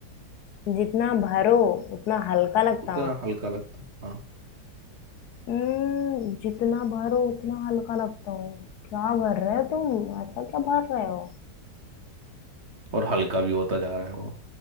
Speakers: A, on the left (about 70°); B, on the right (about 40°).
A: जितना भरो उतना हल्का लगता
B: उतना
A: हूँ
B: हल्का लगता हूँ हाँ
A: हम्म, जितना भरो उतना हल्का लगता हूँ क्या भर रहे हो तुम ऐसा क्या भर रहे हो
B: और हल्का भी होता जा रहा है वो